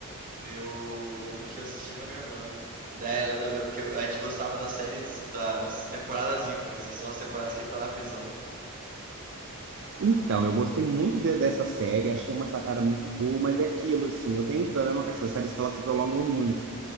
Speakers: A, on the right; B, on the right.
A: Eu lembro que eu assistia com a minha irmã. E daí eu lembro que a gente gostava das séries das temporadas ímpares, que são as temporadas que ele tá na prisão.
B: Então, eu gostei muito de- dessa série, achei uma sacada muito boa, mas é aquilo, assim, eu tenho um problema com essas séries que elas se prolongam muito,